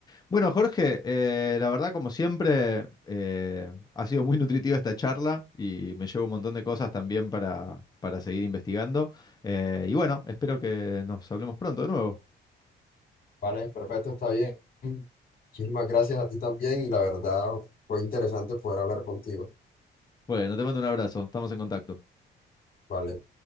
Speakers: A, on the left; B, on the left.
A: Bueno, Jorge, eh, la verdad, como siempre, eh, ha sido muy nutritiva esta charla y me llevo un montón de cosas también para, para seguir investigando. Eh, y bueno, espero que nos hablemos pronto de nuevo.
B: Vale, perfecto, está bien. Muchísimas gracias a ti también y la verdad fue interesante poder hablar contigo.
A: Bueno, te mando un abrazo, estamos en contacto.
B: Vale.